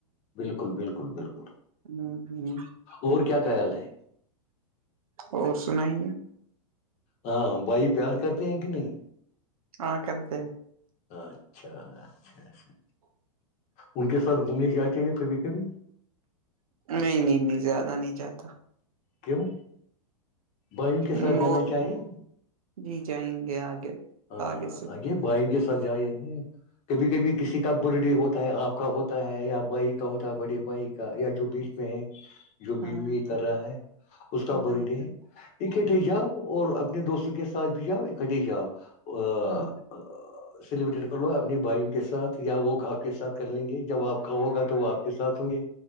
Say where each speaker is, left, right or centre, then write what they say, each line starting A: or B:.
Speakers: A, on the left; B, on the right.
A: بالکل بالکل بالکل
B: ہوں ہوں <unintelligible>
A: اور کیا خیال ہے
B: اور سنائیے
A: ہاں بھائی پیار کرتے ہیں کہ نہیں
B: ہاں کریکٹ
A: اچھا اچھا اچھا اچھا ان کے ساتھ گھومنے جائ چاہیے کبھی کبھی
B: نہیں نہیں نہیں زیادہ نہیں جاتا
A: کیوں بھائیوں کے
B: ہ
A: ساتھ
B: وہ
A: جانا چاہیے
B: جی جائیں گے آگے
A: ہاں
B: آگے سے
A: بھائی کے سجائے ہیں کبھی کبھی کسی
B: ہوں
A: کا بول ہوتا ہے آپ کا ہوتا ہے یا بھائی کا ہوتا ہے بڑے بھائی کا یا جو بیچ میں ہے جو
B: ہوں
A: بی و و کر رہا ہے اس کا
B: ہوں
A: برتھ ڈے ہے اکٹھے جاؤ اور اپنے دوستوں کے ساتھ بھی جاؤ اکٹھے جاؤ ا
B: ہوں
A: سیلیبریٹ کرلو اپنی بھائین کے ساتھ یا وہ آپ کے ساتھ کر لیں گے جب آپ کا ہوگا تو وہ آپ کے ساتھ ہوں گے